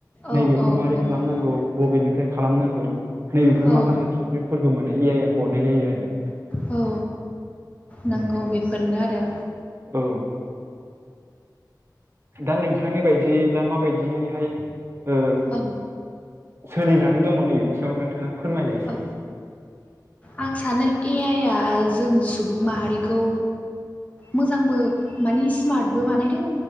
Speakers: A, on the right (about 35°); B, on the left (about 20°).
A: नैबेखौ
B: औ
A: मारै
B: नंगौ
A: खालामनांगौ बबेनिफ्राय खालामनांगौ। नैबेफोर
B: औ
A: माखासे थ्रिेटफोरखौ माने ए आइ आ हरनाय जायो आरो।
B: औ नांगौ
A: औ
B: बेफोरनो आरो।
A: औ दा नोंथांनि बायदियैब्ला माबायदियैहाय। ओ
B: औ
A: सोलिजानाय दङ नैनि सायाव नोंथाङा। फोरमायलाय।
B: औ आं सानो ए आइआ जों सुबुं माहारिखौ। मोजांबो मानि स्मार्टबो बानायदों